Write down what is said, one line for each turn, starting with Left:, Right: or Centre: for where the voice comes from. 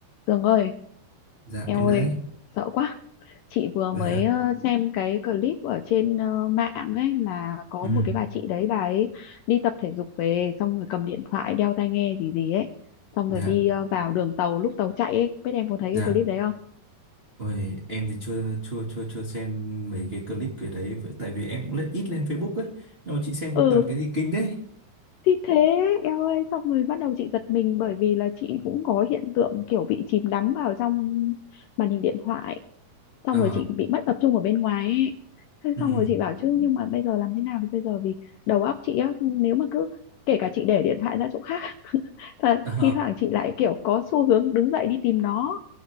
Left: Tường ơi,
Right: dạ
Left: eo
Right: em đấy
Left: ơi, sợ quá. Chị vừa
Right: dạ
Left: mới ờ, xem cái clip ở trên ờ, mạng ấy là có
Right: ừ
Left: một cái bà chị đấy bà ấy đi tập thể dục về xong rồi cầm điện thoại đeo tai nghe gì gì ấy. Xong
Right: dạ
Left: rồi đi ờ, vào đường tàu lúc tàu chạy ấy, biết em có thấy
Right: dạ
Left: cái clip đấy không?
Right: ôi em thì chưa chưa chưa chưa xem mấy cái clip cái đấy vậy- tại vì em cũng lên ít lên Facebook ấy nhưng mà chị xem
Left: Ừ,
Right: toàn cái gì kinh đấy
Left: thì thế eo ơi, xong rồi bắt đầu chị giật mình bởi vì là chị cũng có hiện tượng kiểu bị chìm đắm vào trong màn hình điện thoại xong
Right: ờ
Left: rồi chị bị mất tập trung ở bên ngoài ấy Thế
Right: ừ
Left: xong rồi chị bảo chứ nhưng mà bây giờ làm thế nào được bây giờ vì đầu óc chị á nếu mà cứ kể cả chị để điện thoại ra chỗ khác <laughs> là
Right: ờ
Left: thi thoảng chị lại kiểu có xu hướng đứng dậy đi tìm nó